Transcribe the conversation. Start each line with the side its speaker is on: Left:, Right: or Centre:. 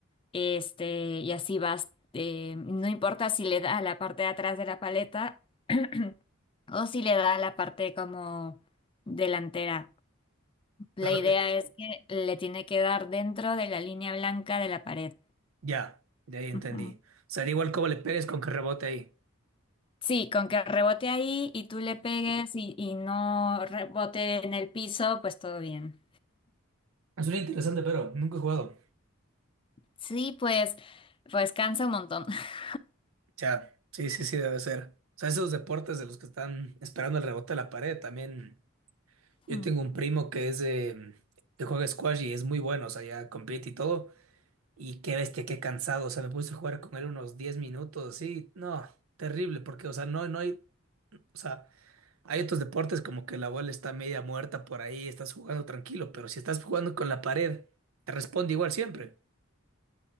Left: este, y así vas, eh, no importa si le da a la parte de atrás de la paleta <clears throat> o si le da a la parte como delantera.
Right: O
Left: La
Right: sea, lo
Left: idea
Right: que-
Left: es que le tiene que dar dentro de la línea blanca de la pared.
Right: Ya, de ahí entendí.
Left: Ujú.
Right: O sea, da igual cómo le pegues con que rebote ahí.
Left: Sí, con que rebote ahí y tú le pegues y, y no rebote en el piso, pues todo bien.
Right: Suena interesante, pero nunca he jugado.
Left: Sí, pues, pues cansa un montón. <laughs>
Right: Ya, sí, sí, sí, debe ser. O sea, esos deportes de los que están esperando el rebote de la pared, también. Yo
Left: Mm.
Right: tengo un primo que es de, que juega squash y es muy bueno, o sea, ya compite y todo. Y qué bestia, qué cansado. O sea, me puse a jugar con él unos 10 minutos, sí. No, terrible, porque, o sea, no, no hay, o sea, hay otros deportes como que la bola está media muerta por ahí, estás jugando tranquilo, pero si estás jugando con la pared, te responde igual siempre.